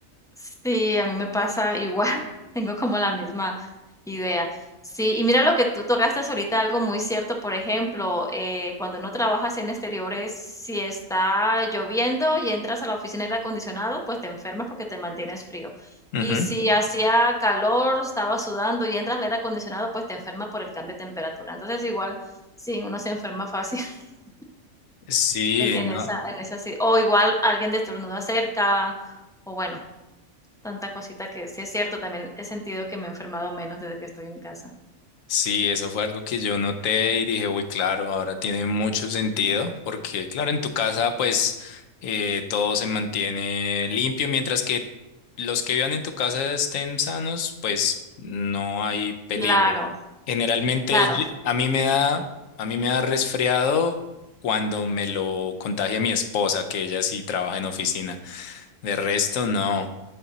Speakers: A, in the centre; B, on the left.
A: Sí, a mí me pasa igual, <laughs> tengo como la misma idea. Sí, y mira lo que tú tocaste ahorita, algo muy cierto, por ejemplo, eh, cuando uno trabaja así en exteriores, si está lloviendo y entras a la oficina de aire acondicionado, pues te enfermas porque te mantienes frío.
B: Ujú.
A: Y si hacía calor, estaba sudando y entras al aire acondicionado, pues te enfermas por el cambio de temperatura. Entonces, igual, sí, uno se enferma fácil <laughs>
B: Sí,
A: en, en
B: no,
A: esa, en esa, si- o igual alguien te estornuda cerca, o bueno. Tanta cosita que sí es cierto, también he sentido que me he enfermado menos desde que estoy en casa.
B: Sí, eso fue algo que yo noté y dije, uy, claro, ahora tiene mucho sentido, porque claro, en tu casa pues eh, todo se mantiene limpio, mientras que los que vivan en tu casa estén sanos, pues no hay peligro.
A: Claro,
B: Generalmente
A: claro,
B: ye- a mí me da, a mí me da resfriado cuando me lo contagia mi esposa, que ella sí trabaja en oficina. De resto, no.